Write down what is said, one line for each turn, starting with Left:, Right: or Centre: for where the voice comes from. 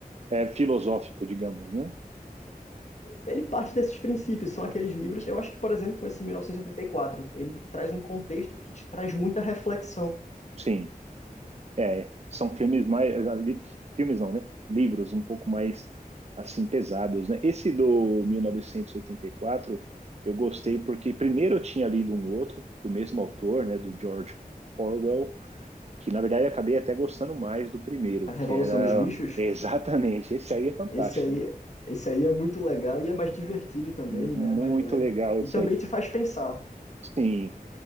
Right: É filosófico, digamos, né?
Left: Ele parte desses princípios, são aqueles livros. Eu acho que, por exemplo, com esse mil novecentos e e oitenta e quatro ele traz um contexto que te traz muita reflexão.
Right: Sim. É, são filmes mais. li- Filmes não, né? Livros um pouco mais assim pesados, né? Esse do mil novecentos e e oitenta e quatro, eu gostei porque primeiro eu tinha lido um outro do mesmo autor, né? Do George Orwell, que na verdade eu acabei até gostando mais do primeiro,
Left: A Revolução
Right: que era
Left: dos Bichos,
Right: <laughs> exatamente esse aí é fantástico,
Left: esse aí,
Right: hein?
Left: esse aí é muito legal e é mais divertido também,
Right: Muito
Left: né? Mais leve.
Right: legal esse
Left: E também
Right: aí.
Left: te faz pensar.
Right: Sim,